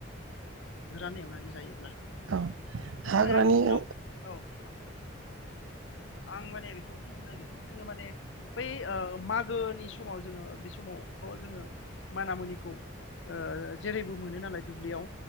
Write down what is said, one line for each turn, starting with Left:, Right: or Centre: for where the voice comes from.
Left: गोरान एवनानै जायोब्ला
Right: औ
Left: ओमफाय
Right: हाग्रानि
Left: आरो जोंनाव
Right: औ
Left: औ नोंथां आं माने बेखौ बुंनो नागिद जोङो माने बै ओ मागो नि समाव जोङो बे समावथ जोङो मानामुनिखौ ओ जेरैबो मोनो नालाय दुब्लियाव